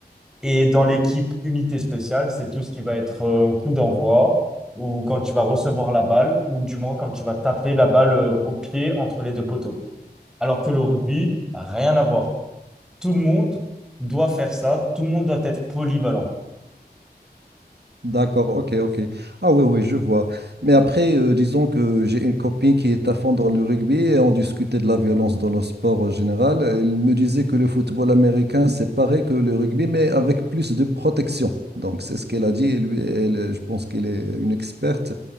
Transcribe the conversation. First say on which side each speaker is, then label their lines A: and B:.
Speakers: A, in the centre; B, on the right (about 75°).
A: Et dans l'équipe unité spéciale, c'est tout ce qui va être euh, coup d'envoi ou quand tu vas recevoir la balle ou du moins quand tu vas taper la balle euh, au pied entre les deux poteaux. Alors que le rugby, rien à voir tout le monde doit faire ça, tout le monde doit être polyvalent.
B: D'accord, ok, ok. Ah oui, oui, je vois. Mais après, euh, disons que j'ai une copine qui est à fond dans le rugby et on discutait de la violence dans le sport en général. Elle me disait que le football américain, c'est pareil que le rugby, mais avec plus de protection. Donc, c'est ce qu'elle a dit et lui, elle, je pense qu'elle est une experte.